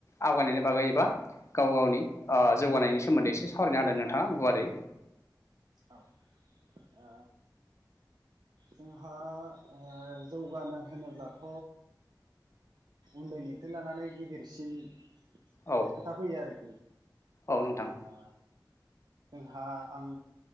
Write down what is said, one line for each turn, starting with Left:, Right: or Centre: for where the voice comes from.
Left: आवगायनायनि बागै एबा गाव-गावनि जौगानायनि सोमोन्दै एसे सावरायना होदो नोंथाङा गुवारै
Right: औ ओ जोंहा ओ जौगानो होनोब्लाथ' उन्दैनिफ्राय लानानै गिदिरसिन खोथा
Left: औ
Right: फैयो आरोखि।
Left: औ नोंथां
Right: ओ जोंहा आं